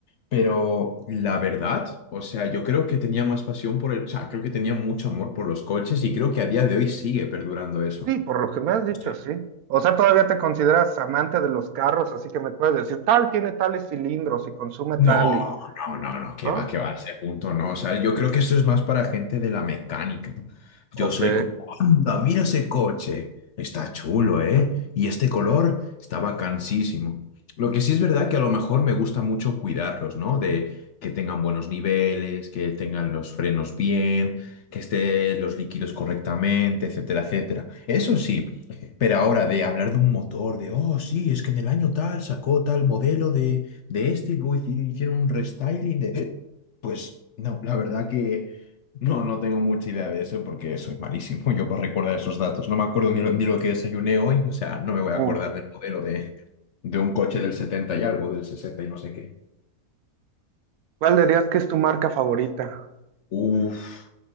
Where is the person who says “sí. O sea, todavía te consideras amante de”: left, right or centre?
Right